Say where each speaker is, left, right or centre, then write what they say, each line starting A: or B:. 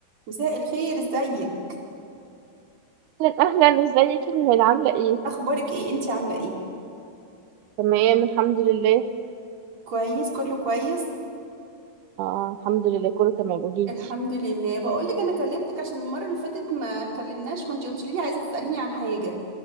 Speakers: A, on the right (about 40°); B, on the right (about 85°).
A: مساء الخير ازيك
B: اهلا اهلا ازيك يا نهال عامله ايه
A: اخبارك ايه انتي عامله ايه
B: تمام الحمد لله
A: كويس كله كويس
B: آه الحمد لله كله تمام قوليلي
A: الحمد لله بقول لك انا كلمتك عشان المره اللي فاتت ما كلمناش كنت قلت لي عايزه تساليني عن حاجه